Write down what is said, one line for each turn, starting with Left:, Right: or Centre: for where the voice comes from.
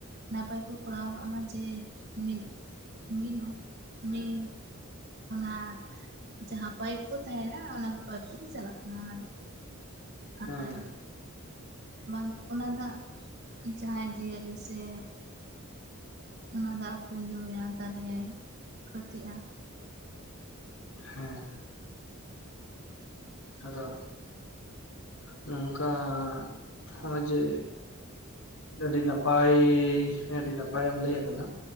Right: ᱱᱟᱯᱟᱭ ᱠᱚ ᱠᱚᱨᱟᱣ ᱠᱟᱜ ᱢᱟ ᱡᱮ ᱢᱤᱫ ᱢᱤᱫ ᱦᱚᱸ ᱢᱤᱫ ᱚᱱᱟ ᱡᱟᱦᱟᱸ ᱯᱟᱭᱤᱯ ᱠᱚ ᱛᱟᱦᱮᱱᱟ ᱚᱱᱟ ᱯᱟᱭᱤᱯ ᱛᱮᱜᱮ ᱪᱟᱞᱟᱜ ᱢᱟ ᱚᱱᱟ ᱫᱚ ᱟᱨ
Left: ᱦᱮᱸ
Right: ᱵᱟᱝ ᱚᱱᱟ ᱫᱟᱜ ᱡᱟᱦᱟᱸᱭ ᱡᱤᱭᱟᱹᱞᱤ ᱥᱮ ᱚᱱᱟ ᱫᱟᱜ ᱠᱚ ᱧᱩᱭᱟ ᱛᱟᱦᱞᱮ ᱠᱷᱚᱛᱤᱜᱼᱟ
Left: ᱦᱮᱸ ᱟᱫᱚ ᱱᱚᱝᱠᱟ ᱦᱚᱸ ᱡᱮ ᱟᱹᱰᱤ ᱱᱟᱯᱟᱭ ᱟᱹᱰᱤ ᱱᱟᱯᱟᱭᱮᱢ ᱞᱟᱹᱭ ᱟᱠᱟᱫᱟ᱾